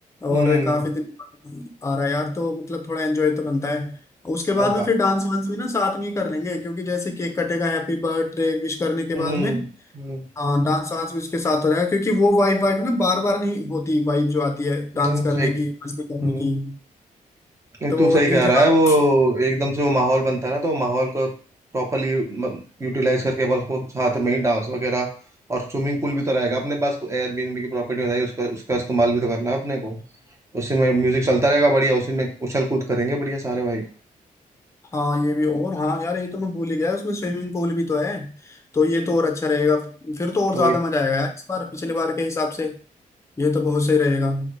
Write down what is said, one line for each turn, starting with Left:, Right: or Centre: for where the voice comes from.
Right: हम्म
Left: और काफी दिन बाद आ रहा है यार तो मतलब थोड़ा एंजॉय तो बनता है उसके बाद
Right: अब
Left: में फिर डांस वांस भी ना साथ में ही कर लेंगे क्योंकि जैसे केक कटेगा हैप्पी बर्थडे विश करने के
Right: हम्म
Left: बाद में
Right: हम्म
Left: हाँ डांस वांस भी उसके साथ हो रहा है क्योंकि वो वाइब वाइब ना बार बार नहीं होती वाइब जो आती है डांस
Right: नहीं
Left: करने
Right: सही
Left: की मस्ती करने
Right: हम्म
Left: की
Right: नहीं
Left: तो
Right: तू सही
Left: डीजे
Right: कह रहा
Left: वाला
Right: है वो एकदम से वो माहौल बनता है ना तो माहौल को प्रॉपरली यूटिलाइज करके अपन उसको साथ में ही डांस वगैरह और स्विमिंग पूल भी तो रहेगा अपने पास एयरबीएनबी की प्रॉपर्टी बताई उसका उसका इस्तेमाल भी तो करना है अपने को उसी में म्यूजिक चलता रहेगा बढ़िया उसी में उछल कूद करेंगे बढ़िया सारे भाई
Left: हाँ ये भी और हाँ यार ये तो मैं भूल ही गया उसमें स्विमिंग पूल भी तो है तो ये तो और अच्छा रहेगा फिर तो और
Right: तो
Left: ज्यादा
Right: वही
Left: मजा आएगा यार इस बार पिछली बार के हिसाब से ये तो बहुत सही रहेगा